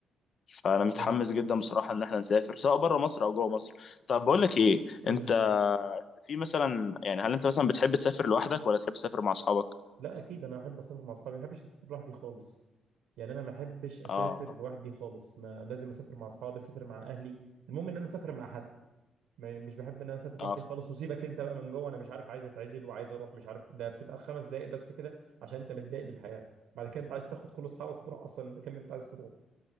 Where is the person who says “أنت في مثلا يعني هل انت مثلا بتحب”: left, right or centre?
Left